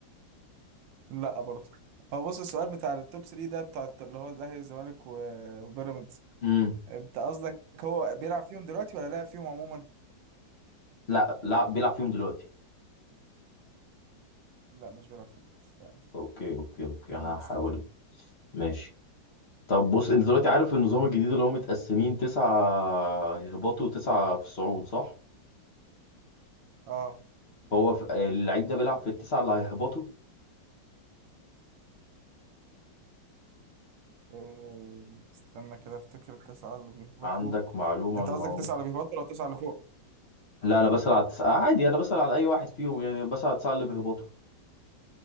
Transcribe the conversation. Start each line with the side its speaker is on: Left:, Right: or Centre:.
Right: لا برضه هو بص السؤال بتاع التوب 3 ده بتاع اللي هو الاهلي والزمالك و- وبيراميدز
Left: امم
Right: انت قصدك هو بيلعب فيهم دلوقتي ولا لعب فيهم عموما
Left: لا لا بيلعب فيهم دلوقتي
Right: لا مش بيلعب فيهم دلوقتي طيب
Left: اوكي اوكي اوكي
Right: كمل
Left: انا هحاول
Right: اسئلتك
Left: ماشي طب بص انت دلوقتي عارف النظام الجديد اللي هو متقسمين تسعة هباطوا وتسعة في صعود صح؟
Right: اه
Left: هو في... اللعيب ده بيلعب في التسعة اللي هيهبطوا
Right: آه، استنى كده افتكر التسعة اللي بيهبطوا
Left: عندك معلومة
Right: انت
Left: عن الموضوع
Right: قصدك التسعة
Left: ده؟
Right: اللي بيهبطوا ولا التسعة اللي فوق
Left: لا انا بسأل على التسعة عادي انا بسأل على اي واحد فيهم يعني أنا بسأل على التسعة اللي بيهبطوا